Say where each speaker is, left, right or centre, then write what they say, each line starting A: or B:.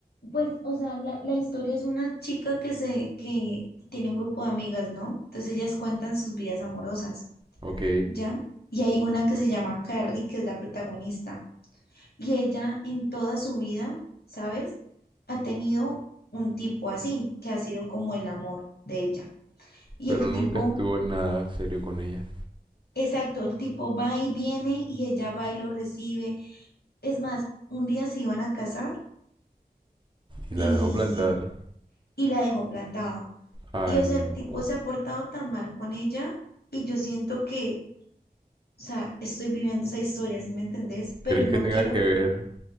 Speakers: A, on the left; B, on the right.
A: pues, o sea, la, la historia es una chica que se, que tiene un grupo de amigas, ¿no? Entonces ellas cuentan sus vidas amorosas,
B: Ok,
A: ¿ya? Y hay una que se llama Carrie, que es la protagonista. Y ella en toda su vida, ¿sabes? Ha tenido un tipo así, que ha sido como el amor de ella. Y
B: pero
A: el tipo,
B: nunca estuvo en nada serio con ella.
A: exacto, el tipo va y viene y ella va y lo recibe. Es más, un día se iban a casar
B: Y
A: y,
B: la dejó plantada.
A: y la dejó plantada.
B: Ay,
A: Y o sea,
B: no.
A: el tipo se ha portado tan mal con ella y yo siento que, o sea, estoy viviendo esa historia, ¿sí me entendés? Pero
B: ¿Crees
A: no
B: que tenga
A: quiero,
B: que ver?